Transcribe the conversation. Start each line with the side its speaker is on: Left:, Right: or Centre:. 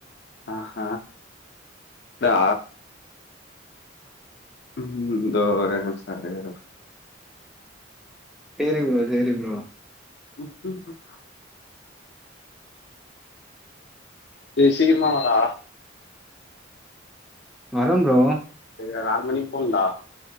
Left: ஆ ஹ தா ம் இந்த ஒரே நிமிஷ ஒரே ஒரு
Centre: சேரி ப்ரோ சேரி ப்ரோ
Left: சூப்பர் டே சீக்கிரமா வாடா
Centre: வர்றம் ப்ரோ
Left: செரிடா நாலு மணிக்கு போனுன்டா